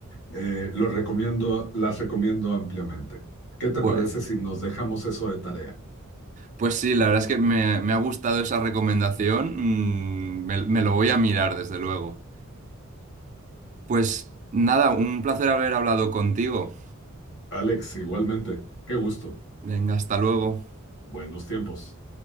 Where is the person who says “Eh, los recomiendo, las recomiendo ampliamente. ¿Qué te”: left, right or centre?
Left